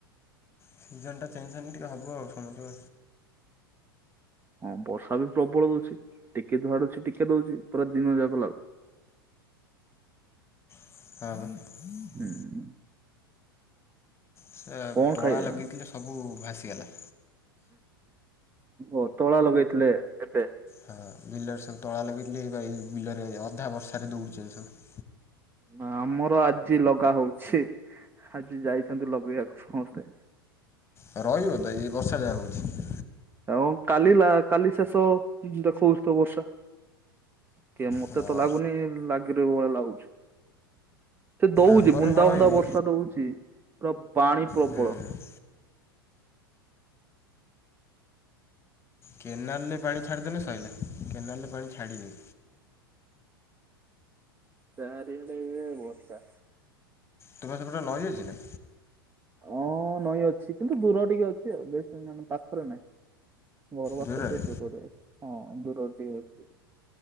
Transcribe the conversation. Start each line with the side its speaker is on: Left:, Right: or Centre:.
Left: ସିଜନଟା ଚାଁଛନ୍ତି ଟିକେ ହବ ଆଉ ସମୟେ
Right: ହଁ ବର୍ଷା ବି ପ୍ରବଳ ଦଉଛି ଟିକେ ଧୁଆଡୁଛି ଟିକେ ଦଉଛି ପୁରା ଦିନ ଯା କଲା
Left: <inaudible>
Right: ହୁଁ
Left: ସେ
Right: କଣ
Left: ତଳା
Right: ଖାଇବେ?
Left: ଲଗେଇଥିଲେ ସବୁ ଭାସିଗଲା।
Right: ଓ ତଳା ଲଗେଇଥିଲେ ଏବେ
Left: ହଁ ବିଲରେ ସବୁ ତଳା ଲଗେଇ ବା ଏ ବିଲରେ ଅଧା ବର୍ଷରେ ଦଉଡୁଛନ୍ତି ସବୁ
Right: ନା ଆମର ଆଜି ଲଗା ହଉଛି ଆଜି ଯାଇଛନ୍ତି ଲଗେଇବାକୁ ସମସ୍ତେ।
Left: ତ ରହିବ ତ ଏଇ ବର୍ଷା ଯାହା ହଉଛି।
Right: ଆଉ କାଲ କାଲି ଶେଷ ଦେଖଉଥିବ ବର୍ଷା କି ମତେ
Left: ହଁ
Right: ତ ଲାଗୁନି ଲାଗି ରହିବ ଭଳିଆ ଲାଗୁଛି। ସେ ଦଉଛି
Left: ଆମର
Right: ବୁନ୍ଦା
Left: ହଳ
Right: ବୁଧା
Left: ହେଇନି
Right: ବର୍ଷା ଦଉଛି ପୁରା ପାଣି ପ୍ରବଳ।
Left: ହୁଁ କେନାଲ୍ର ପାଣି ଛାଡ଼ିଦେନ ସରିଲା କେନାଲ୍ରରେ ପାଣି ଛାଡ଼ିନି।
Right: ଚାରିଆଣେ ବର୍ଷା।
Left: ତୁମେ ସେ ପଟେ ଲହେଇଛ ନା?
Right: ହଁ ନଈ ଅଛି କିନ୍ତୁ ଦୂର ଟିକେ ଅଛି ଆଉ ବେଶ ମେ ପାଖରେ ନାହିଁ। ଗର ଆସଲ
Left: ଦୂରରେ
Right: ଟ ଦୁଟରେ ହଁ ଦଟର ଦ।